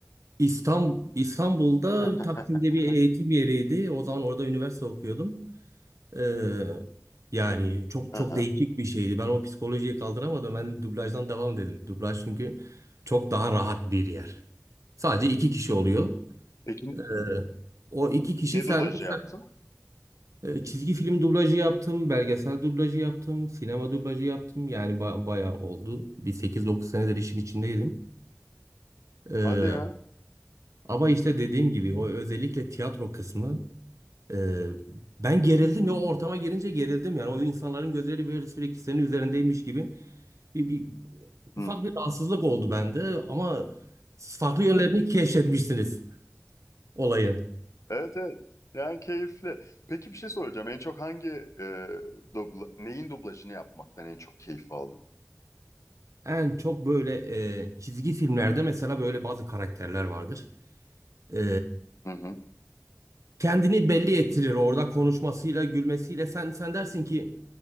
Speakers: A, on the right; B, on the left.
A: İstanbul, İstanbul'da
B: <laughs>
A: Taksim'de bir eğitim yeriydi. O zaman orada üniversite okuyordum. Ee, yani çok
B: Aha.
A: çok değişik bir şeydi. Ben o psikolojiyi kaldıramadım. Ben de dublajdan devam dedim. Dublaj çünkü çok daha rahat bir yer. Sadece iki kişi oluyor.
B: Peki
A: Ee, o iki kişi
B: ne
A: sen,
B: dublajı
A: sen-
B: yaptın?
A: e, çizgi film dublajı yaptım, belgesel dublajı yaptım, sinema dublajı yaptım. Yani ba- bayağı oldu. Bir sekiz dokuz senedir işin içindeydim. Ee,
B: Hadi ya.
A: ama işte dediğim gibi o özellikle tiyatro kısmı Ee, ben gerildim ya o ortama gelince gerildim yani o insanların gözleri böyle sürekli senin üzerindeymiş gibi bir, bir
B: Hı.
A: ufak bir rahatsızlık oldu bende ama farklı yönlerini keşfetmişsiniz olayın.
B: Evet evet. Yani keyifli. Peki bir şey soracağım. En çok hangi e, dubla, neyin dublajını yapmaktan en çok keyif aldın?
A: En çok böyle e, çizgi filmlerde mesela böyle bazı karakterler vardır. E,
B: Hı hı.
A: kendini belli ettirir orada konuşmasıyla gülmesiyle sen sen dersin ki